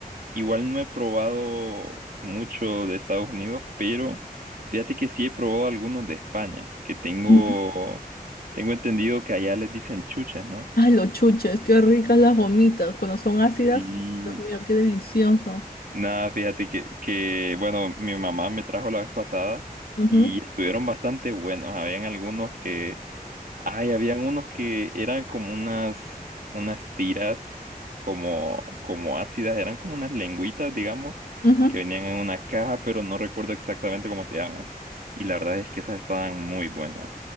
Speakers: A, on the right; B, on the left.
A: igual no he probado mucho de Estados Unidos, pero fíjate que sí he probado algunos de España, que tengo,
B: Ujú.
A: tengo entendido que allá les dicen chuches, ¿no?
B: Ay, los chuches, qué ricas las gomitas. Cuando son ácidas,
A: Sí,
B: Dios mío, qué delicioso.
A: Nada, fíjate que, que, bueno, mi mamá me trajo la vez pasada
B: Ujú,
A: y estuvieron bastante buenos. Habían algunos que, ay, habían unos que eran como unas, unas tiras, como, como ácidas, eran como unas lengüitas, digamos,
B: ujú.
A: que venían en una caja, pero no recuerdo exactamente cómo se llaman. Y la verdad es que esas estaban muy buenas.